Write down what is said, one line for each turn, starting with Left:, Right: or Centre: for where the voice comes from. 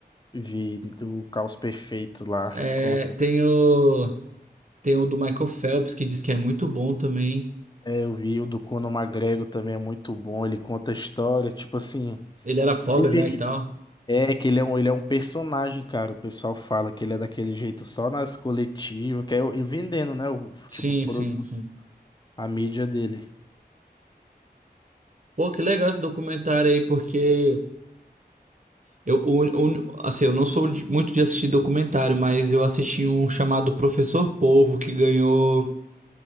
Left: Vi do Caos Perfeito lá,
Right: É,
Left: conta.
Right: tem o, tem o do Michael Phelps, que diz que é muito bom também.
Left: É, eu vi o do Conor McGregor também, é muito bom, ele conta a história, tipo assim...
Right: Ele era pobre,
Left: Você vê
Right: né,
Left: que
Right: e tal.
Left: é que ele é um, ele é um personagem, cara. O pessoal fala que ele é daquele jeito só nas coletivas, que é o- e vendendo, né? O
Right: Sim,
Left: tipo produto,
Right: sim, sim.
Left: a mídia dele.
Right: Pô, que legal esse documentário aí, porque eu, o, o- assim, eu não sou de- muito de assistir documentário, mas eu assisti um chamado Professor Polvo, que ganhou